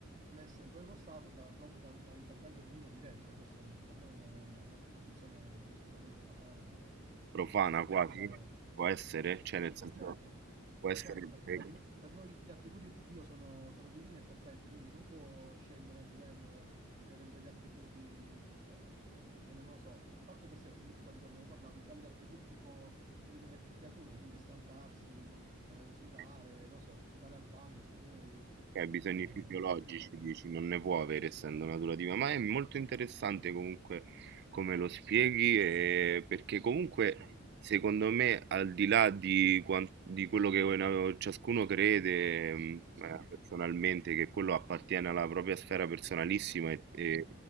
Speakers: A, on the right; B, on the right.
A: messo in quello stato da- proprio da- dall'intervento divino diretto, e questa è- per noi è una, è una concezione assolutamente pagana e,
B: Profana
A: e fuori
B: quasi?
A: da...
B: Può essere? Cioè
A: Sì,
B: nel
A: sì,
B: senso,
A: certo,
B: può
A: sì,
B: essere...
A: certo, perché
B: pure
A: per,
B: che-
A: no- per noi gli attributi di Dio sono, sono divini e perfetti, quindi non può scendere al livello di avere degli attributi, eh, eh, come non lo so, a parte questi attributi qua di cui abbiamo parlato, diciamo gli attributi tipo quelli delle creature, quindi stancarsi, eh, sudare,
B: che-
A: non so, andare al bagno se vuoi,
B: Ok, bisogni
A: eh,
B: fisiologici,
A: capito?
B: dici, non ne può avere essendo natura ma è molto interessante comunque come lo spieghi, e- perché comunque
A: Sì,
B: secondo me al di là di, quan- di quello che una- ciascuno crede mh,
A: sì,
B: eh, personalmente, che quello appartiene alla propria sfera personalissima e, e
A: sì,